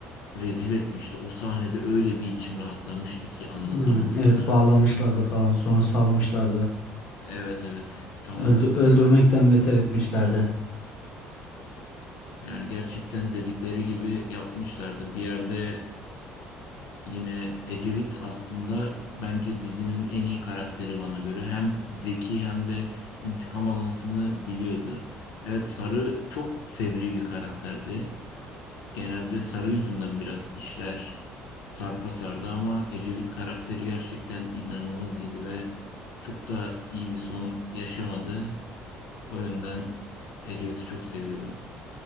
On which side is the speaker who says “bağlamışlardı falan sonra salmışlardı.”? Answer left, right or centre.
Left